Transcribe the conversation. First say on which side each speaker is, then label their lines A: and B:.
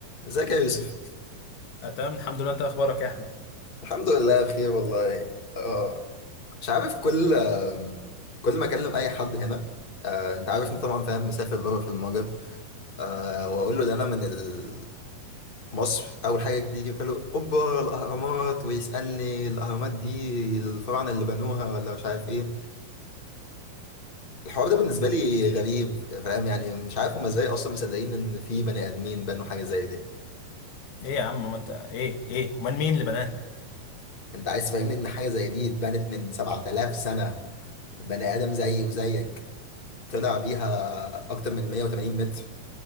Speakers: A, on the left; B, on the left.
A: ازيك يا يوسف
B: آه، تمام الحمد لله انت اخبارك يا احمد
A: الحمد لله بخير والله اه مش عارف كل آم، كل ما اكلم اي حد هنا آه، انت عارفني طبعا فاهم مسافر بره في المجر آه، واقول له ان انا من ال- مصر اول حاجه تيجي في باله اوبا الاهرامات ويسالني الاهرامات دي الفراعنه اللي بنوها ولا مش عارف ايه الحوار ده بالنسبه لي غريب فاهم يعني مش عارف هما ازاي اصلا مصدقين ان في بني ادمين بنوا حاجه زي دي
B: ايه يا عم ما انت ايه ايه امال مين اللي بناه
A: انت عايز تفهمني ان حاجه زي دي اتبنت من 7000 سنه بني ادم زيي وزيك طلع بيها اكتر من 180 متر